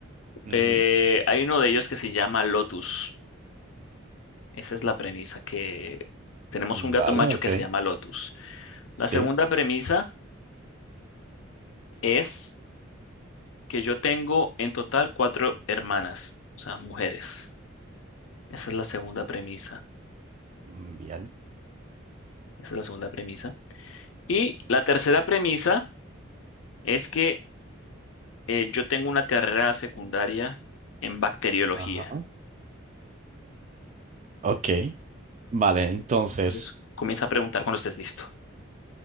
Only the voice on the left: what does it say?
eh, hay uno de ellos que se llama Lotus. Esa es la premisa, que tenemos
un gato
macho
que se llama Lotus.
La segunda premisa es... que yo tengo en total cuatro hermanas, o sea, mujeres. Esa es la segunda premisa.
Esa es la segunda premisa. Y la tercera premisa es que eh, yo tengo una carrera secundaria en bacteriología.
Entonces, comienza a preguntar cuando estés listo.